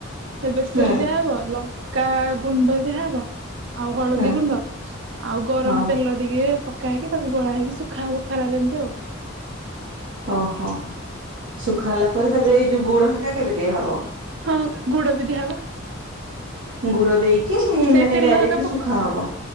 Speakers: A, on the right (about 60°); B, on the right (about 85°).
A: ସେ ବେସରେ
B: ହୁଁ
A: ଦିଆହବ ଲଙ୍କା ଗୁଣ୍ଡ ଦିଆହେବ। ଆଉ ହଳଦୀ
B: ହୁଁ
A: ଗୁଣ୍ଡ ଆଉ ଗରମ
B: ହଁ
A: ତେଲ ଟିକେ ପକ ହେଇକି ତାକୁ ଗୋଳା ହେଇକି ଶ ସୁଖା ହେବ ଖରାରେ ଏମିତି ଆଉ।
B: ଓହୋ ଶୁଖା ହେଲା ପରେ ତାପରେ ଏଇ ଯୋଉ ଗୁଡ ହେକା କେବେ ଦିଆହବ?
A: ହଁ ଗୁଡ଼ ବି ଦିଆ ହବ।
B: ଗୁଡ ଦେଇକି
A: ସେଇ
B: ମାନେ
A: ତେଲ
B: ଡାଇରେକ୍ଟ
A: ହକା
B: ଶୁଖା ହବ।